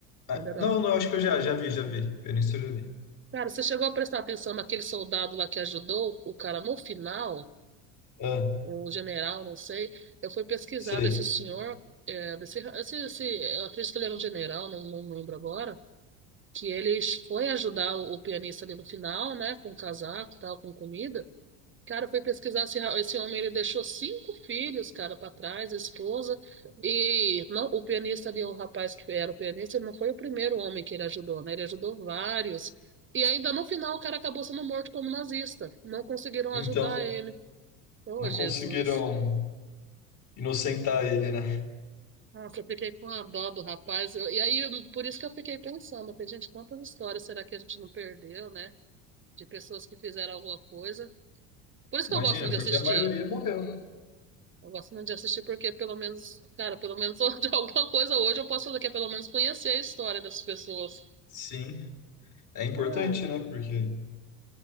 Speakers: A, on the left; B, on the right.
A: ah,
B: Ainda não.
A: não, não, acho que eu já, já vi, já vi. Pianista eu já vi.
B: Cara, você chegou a prestar atenção naquele soldado lá que ajudou o cara no final,
A: Ah,
B: o general, não sei. Eu fui pesquisar
A: sei.
B: desse senhor, é, desse, esse, esse- eu acredito que ele era um general, não, não lembro agora, que ele foi ajudar o, o pianista ali no final, né, com casaco e tal, com comida. Cara, eu fui pesquisar esse, ra- esse homem, ele deixou cinco filhos, cara, para trás, esposa. E não, o pianista ali, o rapaz que era o pianista, ele não foi o primeiro homem que ele ajudou, né? Ele ajudou vários. E ainda no final o cara acabou sendo morto como nazista. Não conseguiram
A: Então,
B: ajudar ele. Ô,
A: não
B: Jesus.
A: conseguiram inocentar ele, né?
B: Nossa, eu fiquei com a dó do rapaz. Eu- e aí, eu- por isso que eu fiquei pensando, eu falei, gente, quantas histórias será que a gente não perdeu, né? De pessoas que fizeram alguma coisa. Por isso
A: Imagina,
B: que eu gosto de
A: porque
B: assistir.
A: a maioria morreu, né?
B: Eu gosto muito de assistir porque pelo menos, cara, pelo menos <laughs> de alguma coisa hoje eu posso fazer, que é pelo menos conhecer a história dessas pessoas.
A: Sim. É importante,
B: Ai,
A: né? Porque.